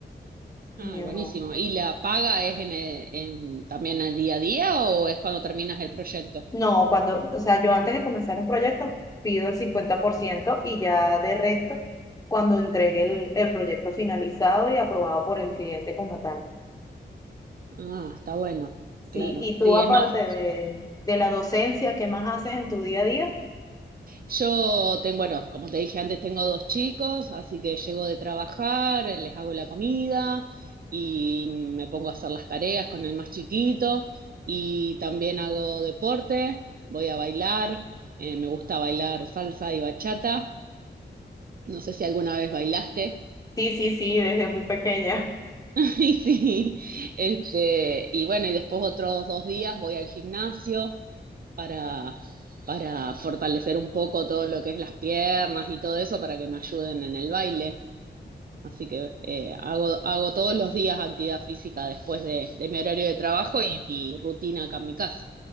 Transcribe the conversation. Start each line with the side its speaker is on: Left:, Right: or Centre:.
Right: Ah,
Left: no
Right: buenísimo. ¿Y la paga es en el- en- también al día a día o es cuando terminas el proyecto?
Left: No, cuando, o sea, yo antes de comenzar un proyecto pido el 50% y ya de resto cuando entregue el, el proyecto finalizado y aprobado por el cliente como tal.
Right: Ah, está bueno, claro.
Left: Sí, y tú
Right: Sí,
Left: aparte
Right: es más,
Left: de, de la docencia, ¿qué más haces en tu día a día?
Right: yo tengo, bueno, como te dije antes, tengo dos chicos, así que llego de trabajar, les hago la comida y me pongo a hacer las tareas con el más chiquito y también hago deporte, voy a bailar, eh, me gusta bailar salsa y bachata. No sé si alguna vez bailaste.
Left: Sí, sí, sí, desde muy pequeña.
Right: <laughs> Y sí, este, y bueno, y después otros dos días voy al gimnasio para, para fortalecer un poco todo lo que es las piernas y todo eso para que me ayuden en el baile. Así que eh, hago, hago todos los días actividad física después de, de mi horario de trabajo y mi rutina acá en mi casa.